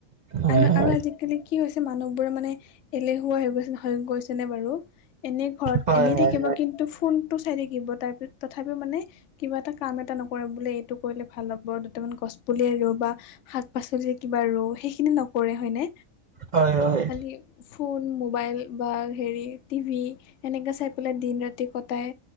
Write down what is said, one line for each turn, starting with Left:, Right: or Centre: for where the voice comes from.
Right: হয়
Left: আন
Right: হয়
Left: আৰু আজিকালি কি হৈছে মানুহবোৰে মানে এলেহুৱা হৈ গৈছে, হৈ গৈছে নে বাৰু? এনেই ঘৰত
Right: হয়
Left: এনেই
Right: হয়
Left: থাকিব কিন্তু ফোনটো চাই থাকিব তাৰপি তথাপিও মানে কিবা এটা কাম এটা নকৰে বোলে এইটো কৰিলে ভাল হব দুটামান গছ পুলিয়েই ৰোওঁ বা শাক পাচলি কিবা বা ৰোওঁ, সেইখিনি নকৰে হয়নে?
Right: হয় হয় হয়
Left: খালি ফোন মোবাইল বা হেৰি টিভি সেনেকৈ চাই পেলাই দিন ৰাতি কটাই।